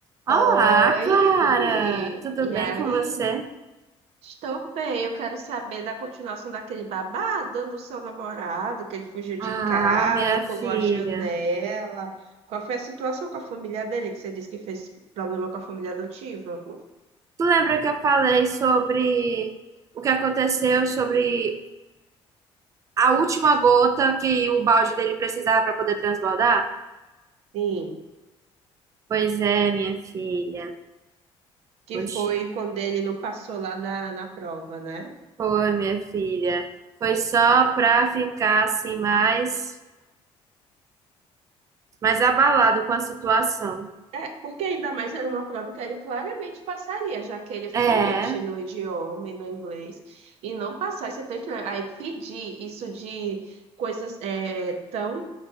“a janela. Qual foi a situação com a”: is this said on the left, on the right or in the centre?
Right